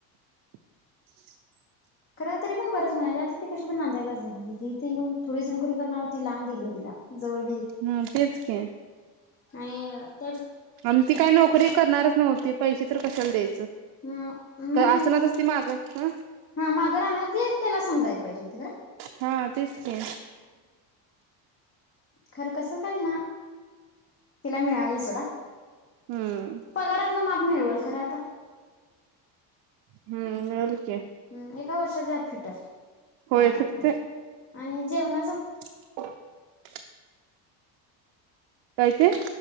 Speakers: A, on the right; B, on the left.
A: <inaudible>
B: खरं तरी पण बरच म्हणायच. आता ती कशी पण नांदायलाच जाणार होती, ती इथ येऊन थोडी पोरग ना ती लांब दिलय तिला. जवळ
A: हम्म तेच की.
B: नाई अ
A: आण ती काय नोकरी करणारच नव्हती. पैसे तर कशाला द्याय
B: ह
A: त
B: नाही
A: आसनातसंती माग ह
B: हा माग राहणार ती त्यालास होऊन जायला पाहिजे होती घरात
A: हा तेच की.
B: खरं कसं काय ना, तिला मिळाली सोडा
A: हम्म
B: पगारातल माप मिळवल खरं आता
A: हम्म मिळल की.
B: हम एका वर्षाच्या आत फिटल. पगारातंन
A: होय फिटते
B: आणि जेवणाचं
A: <unintelligible> काय ते?